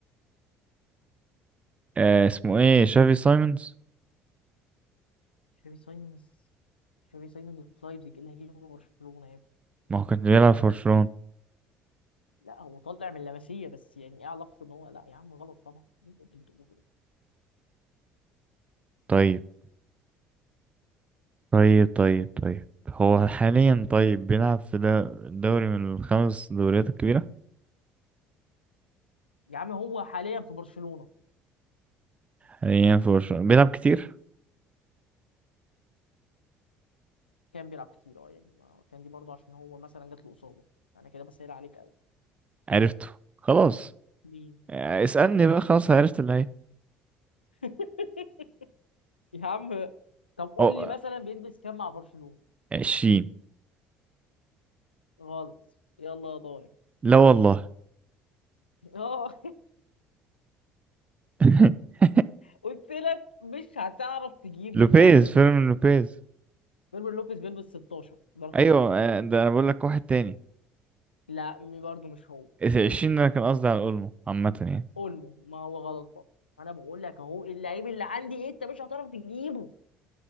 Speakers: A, on the right; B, on the left.
A: آه اسمه ايه شافي سايمونز
B: تشافي سايمونز تشافي سايمونز في لايبزيج ايه اللي هيجيبه برشلونه يا ابني
A: ما هو كان بيلعب في برشلونة
B: لا هو طالع من لاماسيا بس يعني ايه علاقته ان هو لا يا عم غلط طبعا إيه اللي انت بتقوله ده؟
A: طيب طيب طيب طيب هو حاليا طيب بيلعب في ده دوري من الخمس دوريات الكبيرة
B: يا عم هو حاليا في برشلونة
A: حاليا في برشلونة بيلعب كتير
B: كان بيلعب كتير اه يعني ما كان دي برضه عشان هو مثلا جات له اصابة انا كده بسهل عليك قوي
A: عرفته خلاص
B: مين
A: آه، اسألني بقى خلاص عرفت اللي هي
B: <laughs> يا عم طب قول
A: أو
B: لي مثلا بيلبس كام مع برشلونة
A: عشرين
B: غلط يلا يا ضايع
A: لا والله
B: <laughs> اه
A: <laughs>
B: قلت لك مش هتعرف تجيب
A: لوبيز
B: اللعيب
A: فيرمين
B: ده
A: لوبيز
B: فيرمين لوبيز بيلبس 16 ده رقم
A: أيوة
B: واحد
A: آه، ده أنا بقول لك واحد تاني
B: لا برضه مش هو
A: عشرين ده أنا كان قصدي على أولمو عامة يعني
B: اولمو ما هو غلط برضه انا بقول لك اهو اللعيب اللي عندي ايه انت مش هتعرف تجيبه